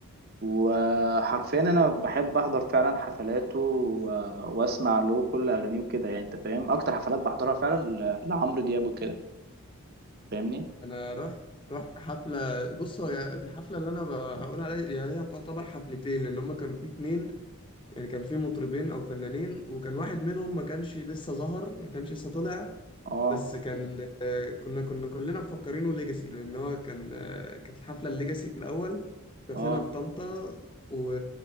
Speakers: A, on the right (about 45°); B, on the left (about 20°).
A: وحرفيا انا بحب احضر فعلا حفلاته و- واسمع له كل اغانيه وكده يعني انت فاهم اكتر حفلات بحضرها فعلا ل- لعمرو دياب وكده فاهمني
B: انا رحت رحت حفله بص هو الحفله اللي انا بقول عليها دي- يعني هي تعتبر حفلتين لان هما كان في اتنين يعني كان في مطربين او فنانين وكان واحد منهم ما كانش لسه ظهر ما كانش لسه طلع
A: اه
B: بس كان آه، كنا كنا كلنا مفكرينه ليجاسي لان هو كان آه، كانت الحفله الليجاسي في الاول كانت
A: اه
B: هنا في طنطا و...